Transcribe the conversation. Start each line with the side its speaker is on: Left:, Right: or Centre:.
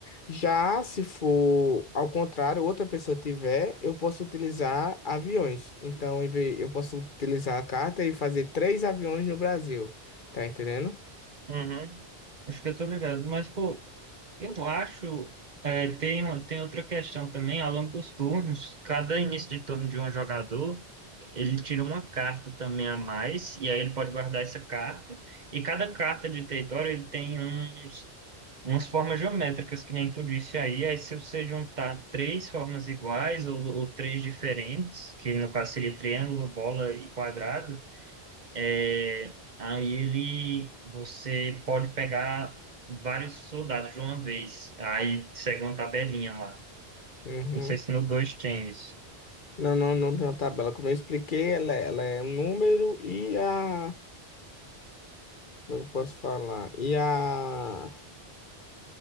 Left: Já se for ao contrário, outra pessoa tiver, eu posso utilizar aviões. Então, em vez- eu posso utilizar a carta e fazer três aviões no Brasil. Tá entendendo?
Right: Uhum. Acho que eu tô ligado. Mas, pô, eu acho. é, tem, uma- tem outra questão também, ao longo dos turnos, cada início de turno de um jogador. Ele tira uma carta também a mais, e aí ele pode guardar essa carta. E cada carta de território ele tem uns, umas formas geométricas, que nem que eu disse aí. Aí se você juntar três formas iguais ou, ou três diferentes, que no caso seria triângulo, bola e quadrado, é, aí ele você pode pegar vários soldados de uma vez. Aí segue uma tabelinha lá.
Left: Uhum.
Right: Não sei se no 2 tem isso.
Left: Não, não, não tem uma tabela. Como eu expliquei, ela é, ela é um número e a. Como eu posso falar? E a.